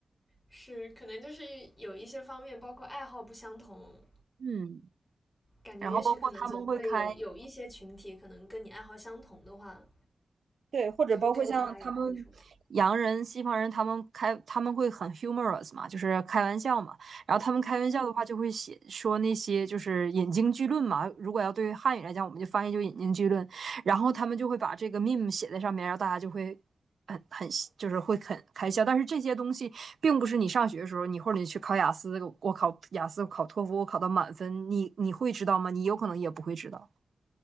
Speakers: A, on the left; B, on the right.
A: 是，可能就是有一些方面，包括爱好不相同，
B: 嗯，
A: 感觉也许可能总会有有一些群体，
B: 然后包括他们会开
A: 可能跟你爱好相同的话，
B: 对，或者包括像他们洋人、
A: 就会更加有归属感。
B: 西方人，他们开他们会很 humorous 嘛，就是开玩笑嘛。然后他们开玩笑的话，就会写说那些就是引经据论嘛。如果要对于汉语来讲，我们就翻译就引经据论。然后他们就会把这个 meme 写在上面，然后大家就会很很就是会很开笑。但是这些东西并不是你上学的时候，你或者你去考雅思，我考雅思，我考托福，我考到满分，你你会知道吗？你有可能也不会知道。